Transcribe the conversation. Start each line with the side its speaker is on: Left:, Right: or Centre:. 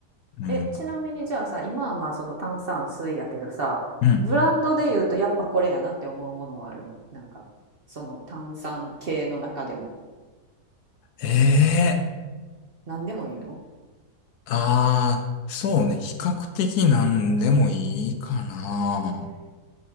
Left: うん。
Right: え、ちなみにじゃあさ、今はまあその炭酸水やけどさ、
Left: うん。
Right: ブランドで言うとやっぱこれやなって思うものはあるんなんか、その炭酸系の中でも。
Left: ええ
Right: 何でもいいの
Left: ああー、そうね、比較的なんでもいいかな。
Right: へえ。